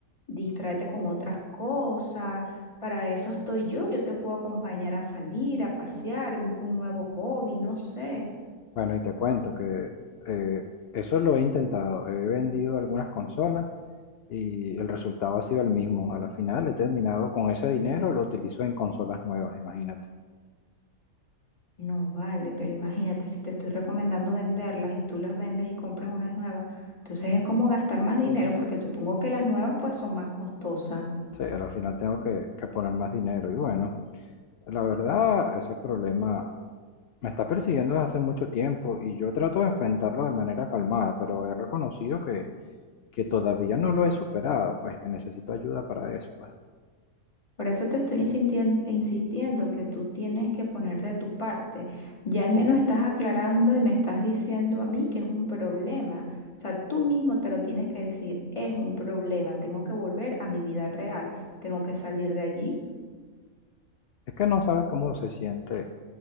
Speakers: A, on the left (about 20°); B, on the left (about 65°).
A: distraerte con otras cosas para eso estoy yo, yo te puedo acompañar a salir, a pasear, busco un nuevo hobby, no sé.
B: Bueno, y te cuento que eh, eso lo he intentado. He vendido algunas consolas y el resultado ha sido el mismo. A la final he terminado con ese dinero, lo utilizo en consolas nuevas, imagínate.
A: No vale, pero imagínate si te estoy recomendando venderlas y tú las vendes y compras unas nuevas, entonces es como gastar más dinero porque supongo que las nuevas pues son más costosas.
B: Sí, al final tengo que, que poner más dinero. Y bueno, la verdad, ese problema me está persiguiendo desde hace mucho tiempo y yo trato de enfrentarlo de manera calmada, pero he reconocido que, que todavía no lo he superado, pues que necesito ayuda para eso. pues.
A: Por eso te estoy insintien- insistiendo que tú tienes que poner de tu parte. Ya al menos estás aclarando y me estás diciendo a mí que es un problema. O sea, tú mismo te lo tienes que decir, es un problema, tengo que volver a mi vida real, tengo que salir de allí.
B: Es que no sabes cómo se siente